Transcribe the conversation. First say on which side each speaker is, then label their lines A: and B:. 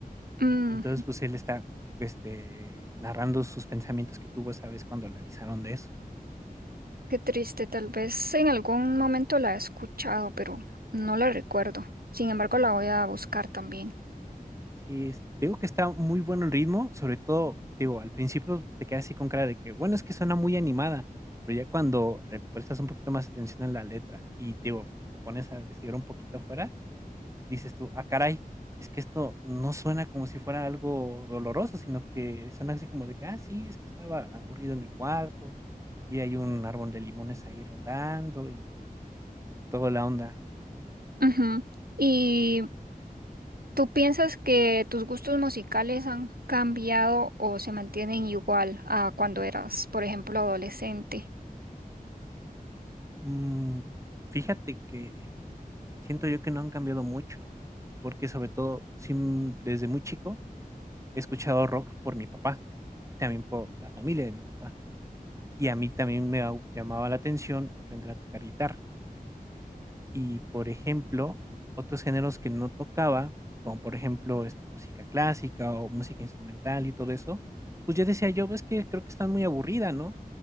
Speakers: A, on the right; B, on the right.
A: Mm,
B: Entonces, pues él está este, narrando sus pensamientos que tuvo esa vez cuando le avisaron de eso.
A: qué triste, tal vez en algún momento la he escuchado, pero no la recuerdo. Sin embargo, la voy a buscar también.
B: Sí, es te digo que está muy bueno el ritmo, sobre todo, te digo, al principio te quedas así con cara de que, bueno, es que suena muy animada, pero ya cuando le prestas un poquito más atención a la letra y te digo, te pones a investigar un poquito afuera, dices tú, ah, caray, es que esto no suena como si fuera algo doloroso, sino que suena así como de que, ah, sí, es que estaba aburrido en mi cuarto y hay un árbol de limones ahí rondando y, y toda la onda.
A: Ujú. ¿Y tú piensas que tus gustos musicales han cambiado o se mantienen igual a cuando eras, por ejemplo, adolescente?
B: Mm, fíjate que Siento yo que no han cambiado mucho, porque sobre todo, sin desde muy chico he escuchado rock por mi papá y también por la familia de mi papá. Y a mí también me au- llamaba la atención aprender a tocar guitarra. Y por ejemplo, otros géneros que no tocaba, como por ejemplo este, música clásica o música instrumental y todo eso, pues yo decía yo, ves que creo que están muy aburrida, ¿no?